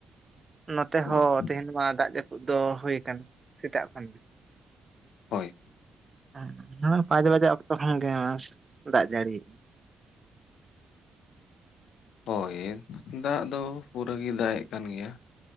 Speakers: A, on the right; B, on the left.
A: ᱱᱚᱛᱮ
B: ᱵᱟᱝ
A: ᱦᱚᱸ ᱛᱮᱦᱮᱧ ᱢᱟ ᱫᱟᱜ ᱡᱟᱹᱯᱩᱫ ᱫᱚ ᱦᱩᱭᱩᱭ ᱠᱟᱱ ᱥᱮᱛᱟᱜ ᱠᱷᱚᱱ ᱜᱮ᱾
B: ᱦᱳᱭ᱾
A: ᱮᱸ ᱦᱮᱸ ᱯᱟᱸᱪ ᱵᱟᱡᱟ ᱚᱠᱛᱚ ᱠᱷᱟᱱ ᱜᱮ ᱫᱟᱜ ᱡᱟᱹᱲᱤ᱾
B: ᱦᱳᱭ ᱫᱟᱜ ᱫᱚ ᱯᱩᱨᱟᱹ ᱜᱮ ᱫᱟᱜᱼᱮᱜ ᱠᱟᱱ ᱜᱮᱭᱟ᱾